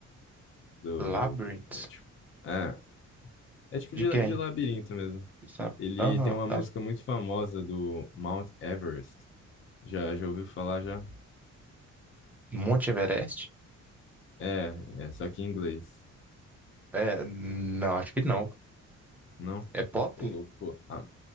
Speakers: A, on the left; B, in the centre.
A: Do,
B: Labyrinth?
A: do... É, tipo, é, É tipo
B: De
A: de,
B: quem?
A: de labirinto mesmo.
B: sabe?
A: Ele
B: Aham.
A: tem uma
B: acho-
A: música muito famosa do Mount Everest. Já, já ouviu falar já?
B: Monte Everest?
A: É, é só que em inglês.
B: É, não, acho que não.
A: Não?
B: É pop?
A: Ô, louco, pô. A,